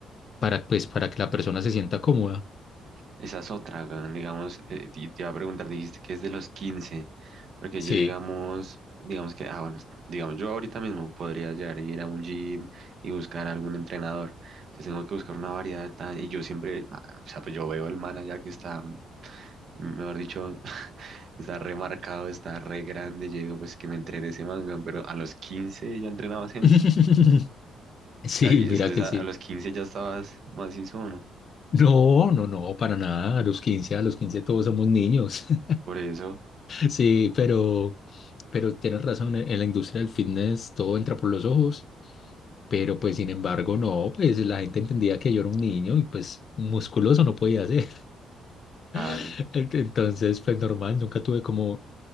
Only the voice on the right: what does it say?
Esa es otra, weón, digamos, eh, y te iba a preguntar, dijiste que es de los 15 porque
yo digamos, digamos que, ah, bueno, digamos, yo ahorita mismo podría llegar a ir a un gym y buscar algún entrenador, entonces tengo que buscar una variedad tan, y yo siempre, ah, o sea, pues yo veo el man allá que está, mm, mejor dicho, <laughs> está remarcado, está re grande, y yo digo, pues que me entrene ese man, weón, pero a los 15 ya entrenaba gente,
o sea, y- entonces
a,
a los 15 ya estabas macizo, ¿o no?
Por eso,
claro,